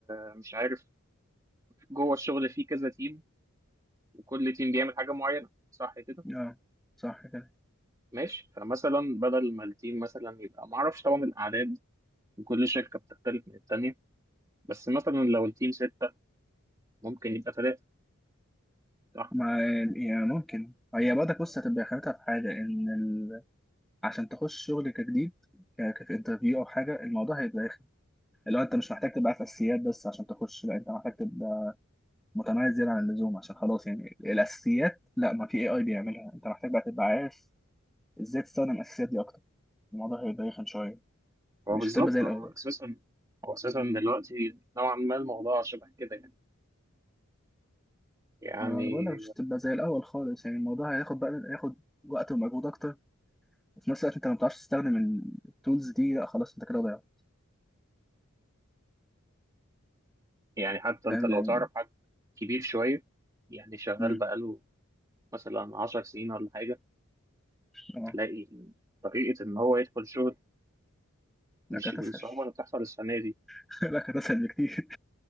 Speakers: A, on the right (about 15°); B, in the centre.
A: آه، مش عارف جوه الشغل في كذا تيم وكل تيم بيعمل حاجه معينه صح كده
B: اه صح كده
A: ماشي فمثلا بدل ما التيم مثلا يبقى ما اعرفش طبعا الاعداد وكل شركه بتختلف من التانيه بس مثلا لو التيم سته ممكن يبقى ثلاثه صح
B: ما يعني ممكن هي برضك بص هتبقى خانتها في حاجه ان ال... عشان تخش شغل كجديد ك... ك- في انترفيو او حاجه الموضوع هيبقى رخم اللي هو انت مش محتاج تبقى عارف اساسيات بس عشان تخش لا انت محتاج تبقى متميز زياده عن اللزوم عشان خلاص يعني الاساسيات لا ما في اي اي بيعملها انت محتاج بقى تبقى عارف ازاي تستخدم الاساسيات دي اكتر الموضوع هيبقى رخم شويه
A: هو
B: مش
A: بالظبط
B: هتبقى زي الاول
A: هو اساسا هو اساسا دلوقتي نوعا ما الموضوع شبه كده يعني يعني
B: ما انا بقول لك مش هتبقى زي الاول خالص يعني الموضوع هياخد بقى هياخد وقت ومجهود اكتر وفي نفس الوقت انت لو ما بتعرفش تستخدم التولز دي لا خلاص انت كده ضيعت
A: يعني حتى
B: فاهم
A: انت لو
B: يعني
A: تعرف حد كبير شويه يعني شغال
B: امم
A: بقاله مثلا 10 سنين ولا حاجة
B: اه
A: تلاقي طريقة إن هو يدخل شغل
B: لا
A: مش
B: كانت
A: بالصعوبة
B: اسهل
A: اللي بتحصل السنة دي
B: <laughs> لا كانت اسهل بكتير